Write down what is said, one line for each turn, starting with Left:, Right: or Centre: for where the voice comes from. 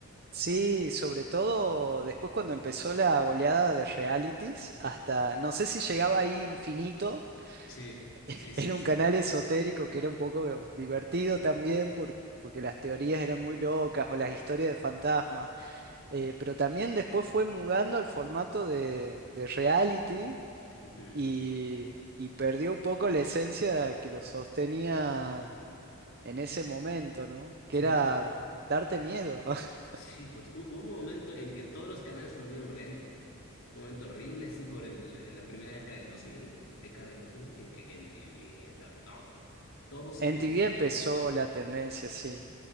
Right: Sí, sobre todo después cuando empezó la oleada de realities, hasta no sé si llegaba ahí infinito
Left: Sí,
Right: <laughs>
Left: sí, sí,
Right: Era un
Left: sí.
Right: canal esotérico que era un poco divertido también por- porque las teorías eran muy locas o las historias de fantasmas, Eh, pero también después fue mudando al formato de, de reality
Left: Ujú.
Right: y, y perdió un poco la esencia que lo sostenía en ese momento, ¿no?
Left: Sí,
Right: Que era
Left: hubo
Right: darte miedo. <laughs>
Left: Sí, pues hu- hubo un momento en que todos los canales se volvieron realities. Un momento horrible, así por el, en la primera década del 2000, década del 2000, en que MTV, da- todo, todo se
Right: En
Left: convirtió,
Right: TV empezó la tendencia, sí.